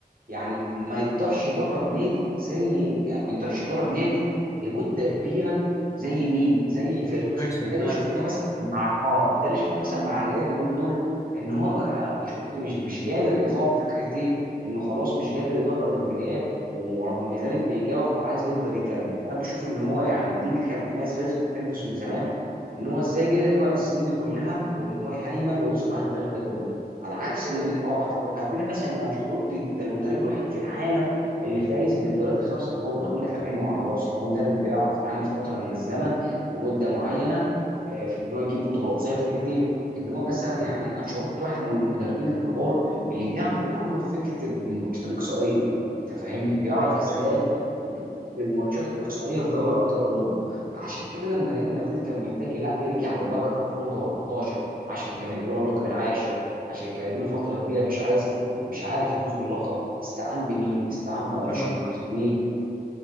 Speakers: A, on the right; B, on the left.
A: يعني ما يقدرش يدرب نادي زي يعني ما يقدرش يدرب نادي لمده كبيره زي مين؟ زي فيرجسون
B: فيرجسون
A: وده اللي
B: فعلا
A: شفناه مثلا مع اه ده اللي شفناه مثلا مع الريال اليومين دول ان هو انشيلوتي مش مش قادر يقاوم فكره ايه؟ انه خلاص مش قادر يدرب الريال ورغم ذلك بيجاوح وعايز يفضل يكمل انا بشوف ان هو يعني دي اللي كانت بتميز فيرز- فيرجسون زمان ان هو ازاي قدر يقعد السنين دي كلها وان هو يهيمن ويصنع التاريخ ده كله على عكس المدير اه هتقول هتقول لي مثلا ان انشيلوتي ده المدرب الوحيد في العالم اللي فايز بالدوريات الخمسه الكبرى هقول لك على عيني وعلى راسي هو مدرب بيعرف يتعامل فتره من الزمن لمده معينه آه، في ان هو يجيب بطولات زي فكره ايه؟ ان هو مثلا يعني انشيلوتي واحد من المدربين الكبار اللي بيعرفوا يتعاملوا في فكره الماتشات الاقصائيه انت فاهمني؟ بيعرف
B: ايوه
A: ازاي
B: أيوة، بالظبط.
A: يشوف الماتشات الاقصائيه في دوري ابطال اوروبا عشان كده لما ريال مدريد كان محتاج لا يرجع للقب في 2013 عشان كان اللي هو اللقب العاشر عشان كان له فتره كبيره مش عايز يفوز مش عارف يفوز باللقب استعان بمين استعان بانشيلوتي
B: فعلا صح.
A: ليه